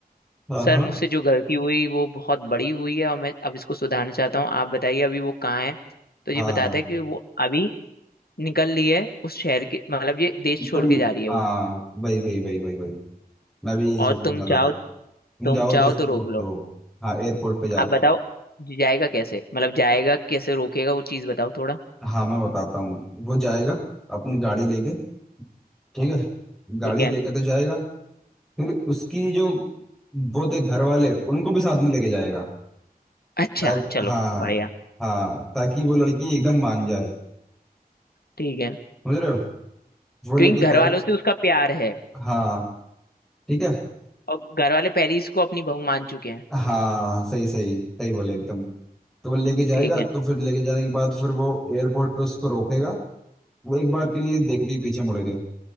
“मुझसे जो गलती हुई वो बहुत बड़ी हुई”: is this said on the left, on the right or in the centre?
Left